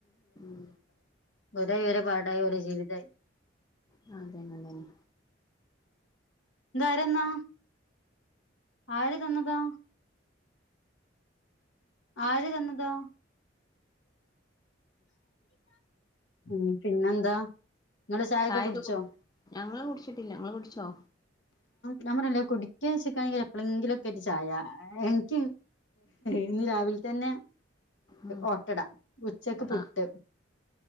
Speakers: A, on the left; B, on the left.
A: മ്
B: ഒരായി ഒര പാടായി ഓരെ ജീവിതായി
A: ആ അതന്നെ അതന്നെ
B: ഇത് ആര്ന്നാ ആര് തന്നതാ ആര് തന്നതാ മ്മ് പിന്നെന്താ നിങ്ങള്
A: ചായൊക്കെ
B: കുടിച്ചോ
A: കുട് ഞങ്ങൾ കുടിച്ചിട്ടില്ല ങ്ങളൾ കുടിച്ചോ
B: ഞാൻ പറഞ്ഞല്ലോ കുടിക്കാച്ചക്കാണെങ്കിൽ എപ്പഴെങ്കിലൊക്കൊരു ചായ എനിക്ക ഇന്ന് രാവിലെ തന്നെ
A: ഉം
B: ഓട്ടട ഉച്ചക്ക് പുട്ട്
A: ആഹ്